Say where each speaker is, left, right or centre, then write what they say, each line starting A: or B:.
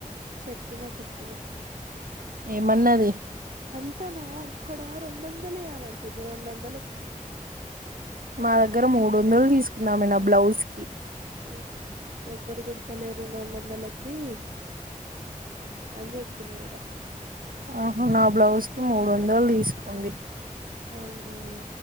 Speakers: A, on the right; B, on the right.
A: చెప్పినా చెప్పినా
B: ఏ మన్నది
A: అంతనా ఇక్కడ రెండు వందలే అని అంటుంది రెండు వందలు
B: మా దగ్గర మూడు వందలు తీసుకున్నామ బ్లాౌజ్ కి
A: ఉమ్ ఎవరు కుడుతలేరు రెండొ వందలకి అన్న చెప్ పిన్నా ఇగా
B: ఆహ నా బ్లౌజ్ కి మూడు వందలు తీసుకుంది
A: అవునవును